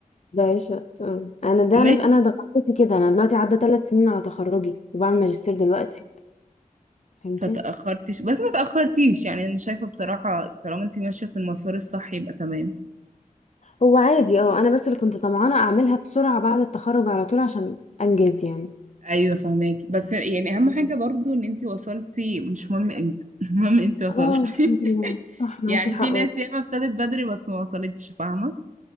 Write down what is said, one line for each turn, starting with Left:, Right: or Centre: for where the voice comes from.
Left: تضيعيش وقت اه. انا ده انا
Right: ماشي
Left: انا ضغطت كده انا دلوقتي عدى ثلاث سنين على تخرجي وبعمل ماجستير دلوقتي فهمتي
Right: فتاخرتيش بس ما تاخرتيش يعني انا شايفه بصراحه طالما انت ماشيه في المسار الصح يبقى تمام
Left: هو عادي اه انا بس اللي كنت طمعانه اعملها بسرعه بعد التخرج على طول عشان انجز يعني
Right: ايوه فهماك بس يعني اهم
Left: مم.
Right: حاجه برضو ان انت وصلتي مش مهم امتى <laughs> المهم انت وصلتي
Left: اه الحمد لله
Right: <laughs>
Left: صح معاكي
Right: يعني
Left: حق
Right: في ناس
Left: والله.
Right: ياما ابتدت بدري بس ما وصلتش فاهمه